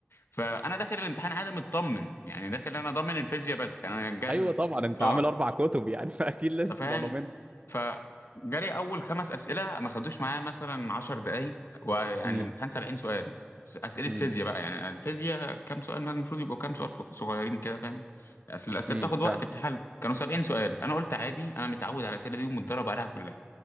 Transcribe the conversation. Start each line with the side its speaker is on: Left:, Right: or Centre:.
Left: فانا داخل الامتحان عادي مطمن يعني داخل انا ضامن الفيزياء بس انا جايب
Right: ايوه طبعا انت
Left: اه
Right: عامل اربع كتب يعني <laughs> فاكيد لازم
Left: انت فاهم
Right: تبقى ضامن
Left: فجري اول خمس اسئله ما خدوش معايا مثلا 10 دقائق ويعني
Right: امم
Left: الامتحان 70 سؤال اسئله
Right: امم
Left: فيزياء بقى يعني الفيزياء كام سؤال ما المفروض يبقوا كام سؤال صغيرين كده فاهم اصل الاسئله
Right: امم
Left: بتاخد وقت
Right: فاهم
Left: في الحل كانوا 70 سؤال انا قلت عادي انا متعود على الاسئله دي ومتدرب عليها كلها